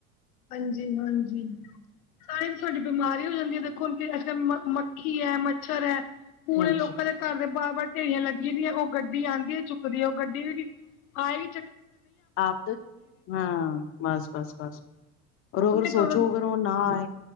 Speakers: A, on the left; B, on the left.
A: ਹਾਂਜੀ ਹਾਂਜੀ ਸਣੇ ਤੁਹਾਡੀ ਬਿਮਾਰ ਹੋ ਜਾਂਦੀ ਹੈ ਦੇਖੋ ਹੁਣ ਕੀ ਅੱਜ ਕੱਲ ਮ ਮੱਖੀ ਹੈ ਮੱਛਰ ਹੈ ਪੂਰੇ
B: ਹਾਂਜੀ
A: ਲੋਕਾਂ ਦੇ ਘਰ ਦੇ ਬਰ ਬ ਢੇਰੀਆਂ ਲੱਗੀ ਦੀਆਂ ਉਹ ਗੱਡੀ ਆਉਂਦੀ ਚੁੱਕਦੀ ਉਹ ਗੱਡੀ ਵੀ ਆਹੀ
B: ਆਪ ਹਾਂ ਬਸ ਬਸ ਬਸ ਔਰ
A: ਆਪਣੇ
B: ਅਗਰ ਸੋਚੋ
A: ਘਰੋਂ
B: ਅਗਰ ਉਹ ਨਾ ਆਏ